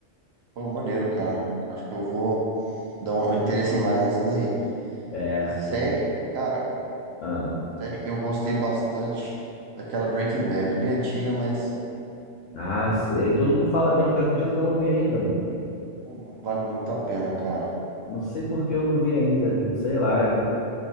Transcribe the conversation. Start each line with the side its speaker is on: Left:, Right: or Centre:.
Right: Pô, maneiro, cara. Acho que eu vou dar um eu interessei mais nessa daí.
Left: É.
Right: E série, cara,
Left: Ah,
Right: Série, eu gostei bastante daquela Breaking Bad. É bem antiga, mas
Left: ah, sei. Todo mundo fala bem, tu acredita que eu não vi ainda, mano?
Right: pô, vale muito a pena, cara.
Left: Não sei por que eu não vi ainda. Não sei lá. É